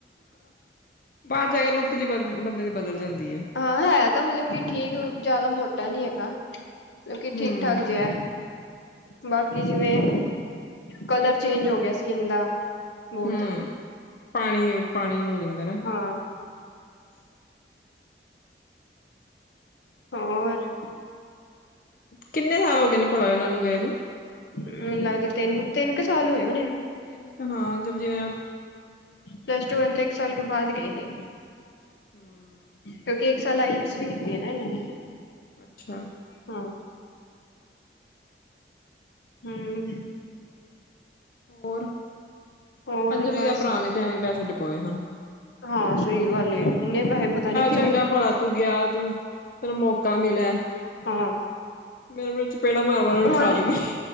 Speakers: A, on the left (about 50°); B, on the left (about 85°).
A: ਬਾਹਰ ਜਾ ਕੇ ਲੁੱਕ ਜਿਹੀ ਬਦਲ ਬੰਦੇ ਦੀ ਬਦਲ ਜਾਂਦੀ ਹੈ
B: ਹਾਂ ਹੈ ਤਾਂ ਮਤਲਬ ਕਿ ਠੀਕ ਜਿਆਦਾ ਮੋਟਾ ਨੀ ਹੈਗਾ, ਮਤਲਬ ਕਿ
A: ਹੂੰ
B: ਠੀਕ ਠਾਕ ਜੇਆ ਬਾਕੀ ਜਿਵੇਂ ਕਲਰ ਚੇਂਜ ਹੋ ਗਿਆ ਸਕਿੰਨ ਦਾ ਬਹੁਤ
A: ਹਮ, ਪਾਣੀ ਪਾਣੀ ਹੋ ਜਾਂਦਾ ਨਾ
B: ਹਾਂ ਹੋਰ
A: ਕਿੰਨੇ ਸਾਲ ਹੋ ਗਏ ਨੇ, ਭਲਾ ਇਹਨਾਂ ਨੂੰ ਗਏ ਨੂੰ?
B: ਮੈਨੂੰ ਲੱਗਦਾ ਤਿੰਨ ਤਿੰਨ ਕੁ ਸਾਲ ਹੋਏ ਹੋਣੇ ਆ
A: ਏਨ ਕ ਹਾ ਜ ਜਿਆ
B: ਪਲੱਸ ਟੂ ਕਰਨ ਤੋਂ ਇੱਕ ਸਾਲ ਕੇ ਬਾਦ ਗਈ ਸੀ
A: ਹੂੰ
B: ਕਿਉਂਕਿ ਇੱਕ ਸਾਲ ਆਈਲਟਸ ਵੀ ਕੀਤੀ ਹੈ ਨਾ ਇਹਨਾਂ ਨੇ
A: ਅੱਛਾ
B: ਹਾਂ ਹਮ
A: ਹੋਰ
B: ਹੋਰ
A: ਅੰਜਲੀ
B: ਬਸ
A: ਦਾ ਭਰਾ ਨੇ ਤੇ ਐਵੇਂ ਪੈਸੇ ਡਬੋਏ ਸਨ
B: ਹਾਂ ਸਹੀ ਗੱਲ ਇਨੇ ਪੈਸੇ ਪੱਤਾ ਨੀ ਕਿਵੇਂ
A: ਚੰਗਾ ਭਲਾ ਤੂੰ ਗਿਆ ਤੂੰ ਤੈਨੂੰ ਮੌਕਾ ਮਿਲਿਆ
B: ਹਾਂ
A: ਮੇਰਾ ਚ ਚਪੇੜਾ ਮਾਰ ਮਾਰ ਉਹ ਨੂੰ
B: ਹੁਣ
A: ਖਾ ਦਿੰਦੀ